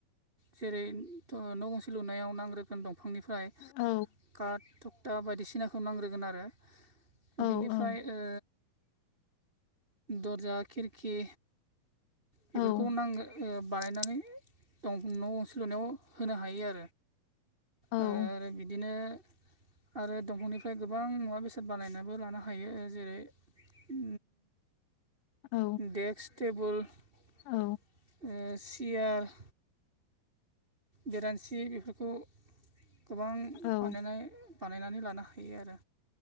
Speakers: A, on the right; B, on the left.
A: जेरै न' गंसे लुनायाव नांग्रोगोन दंफांनिफ्राय
B: औ।
A: काट थकटा बायदिसिनाखौ नांग्रोगोन आरो।
B: औ
A: बिनिफ्राय ओ दर्जा खिरखि बेफोरखौ
B: औ
A: नांगो ओ बानायनानै दं न'न सल'नायाव होनो हायो
B: औ
A: आ-आरो बिदिनो आरो दंफांनिफ्राय गोबां मुवा बेसाद बानायनोबो लानो हायो जेरै उ।
B: औ
A: देक्स टेबोल ओ
B: औ
A: सेयार बेरान्सि बेफोरखौ गोबां
B: औ
A: बानायनाय बानायनानै लानो हायो आरो